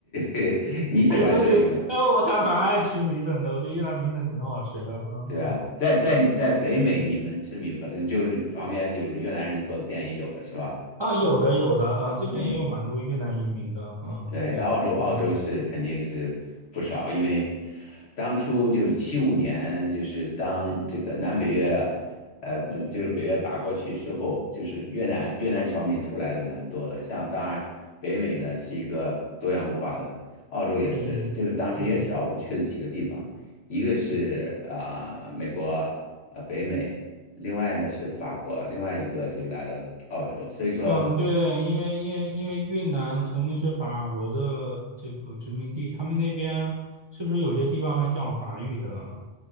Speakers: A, on the left; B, on the right.
A: 呃，你喜欢吃米粉，
B: <laughs> 说起，哎，我还蛮爱吃米粉的，我觉得越南米粉挺好吃的，嗯嗯，
A: 对吧？在在在北美，你们吃米粉，就是旁边就是越南人做的店也有的是吧？
B: 啊，有的有的，
A: 嗯
B: 啊，这边也有蛮多越南移民的，
A: 嗯。
B: 嗯，
A: 对，
B: 有，
A: 在澳洲，澳洲是肯定是不少，
B: 嗯
A: 因为当初就是七五年，就是当这个南北越，呃，不就是北越打过去之后，就是越南越南侨民出来的蛮多的。像当然北美呢是一个多元文化的，澳洲也是，
B: 嗯哼嗯
A: 就是当时越侨不去的几个地方，一个是啊、美国啊、呃北美，另外呢是法国，另外一个就来到澳洲，所以说。
B: 嗯，对，因为因为因为越南曾经是法国的这个殖民地，他们那边是不是有些地方还讲法语的啊？